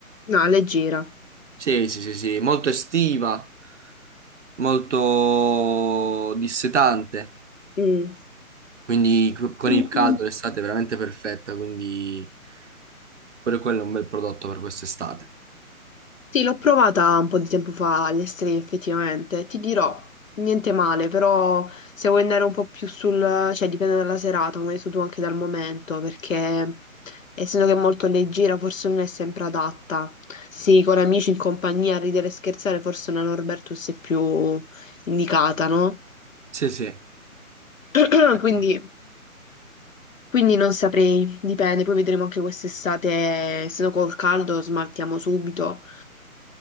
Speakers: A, on the left (about 60°); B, on the right (about 55°).
A: No, leggera.
B: Sì, sì, sì, sì, molto estiva, molto dissetante,
A: Mm.
B: quindi co- con
A: Mm,
B: il caldo
A: mm.
B: l'estate è veramente perfetta, quindi pure quello è un bel prodotto per quest'estate.
A: Sì, l'ho provata un po' di tempo fa alle Stray effettivamente. Ti dirò, niente male, però se vuoi andare un po' più sul... cioè dipende dalla serata, come hai detto tu anche dal momento, perché essendo che è molto leggera forse non è sempre adatta. Sì, con amici in compagnia a ridere e scherzare forse una Norbertus è più indicata, no?
B: Sì, sì.
A: <clears throat>
B: Esatto.
A: Quindi, quindi non saprei, dipende, poi vedremo anche quest'estate, se no col caldo smaltiamo subito.